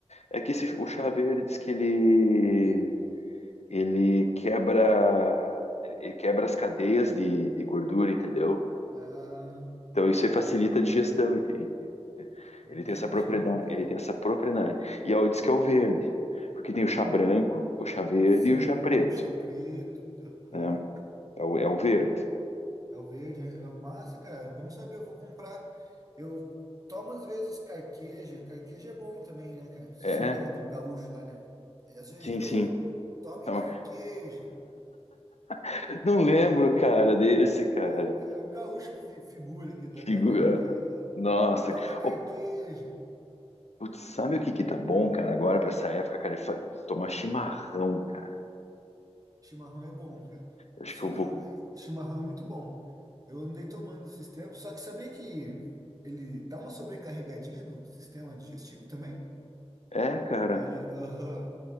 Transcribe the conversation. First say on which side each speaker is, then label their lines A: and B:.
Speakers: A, on the left; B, on the right.
A: É que esse, o chá verde diz que ele, ele quebra, ele quebra as cadeias de, de gordura, entendeu?
B: Ah,
A: Então isso aí facilita a digestão, entende?
B: entendi,
A: Ele tem essa propriedade,
B: cara.
A: ele tem essa propriedade. E aí diz que é o verde, porque tem o chá branco, o chá verde
B: Sim,
A: e o chá preto,
B: o chá preto,
A: né?
B: aham.
A: É o, é o verde.
B: É o verde, é é massa, cara. É Bom saber, eu vou comprar. Eu tomo às vezes carqueja. Carqueja é bom também, né, cara? Você
A: É,
B: lembra aquele do gaúcho lá, né? É, Às vezes
A: sim,
B: gerou,
A: sim.
B: tome
A: Então,
B: carqueja.
A: <laughs> não lembro, cara, desse, cara.
B: É um, é um gaúcho fi- figura aqui da, da
A: Figura.
B: carqueja lá.
A: Nossa.
B: Toma carqueja.
A: Ô, Putz, sabe o que que tá bom, cara, agora pra essa época, cara? É fa- tomar chimarrão, cara.
B: Chimarrão é bom, cara.
A: Eu Acho
B: Só
A: que eu vou.
B: que eu, chimarrão é muito bom. Eu andei tomando esses tempos, só que sabia que ele dá uma sobrecarregadinha no sistema digestivo também?
A: É, cara.
B: Ele, aham.